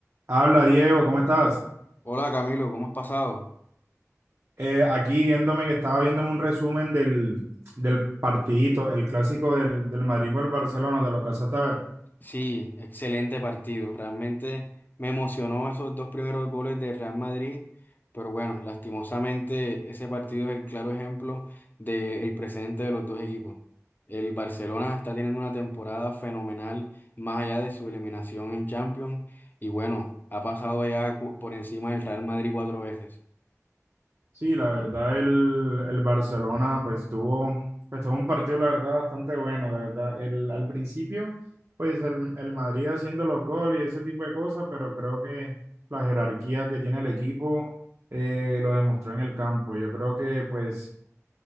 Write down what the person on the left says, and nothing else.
Hola Camilo, ¿cómo has pasado?
Sí, excelente partido. Realmente me emocionó esos dos primeros goles de Real Madrid, pero bueno, lastimosamente ese partido es el claro ejemplo del presente de los dos equipos. El Barcelona está teniendo una temporada fenomenal más allá de su eliminación en Champions y bueno, ha pasado ya cu- por encima del Real Madrid cuatro veces.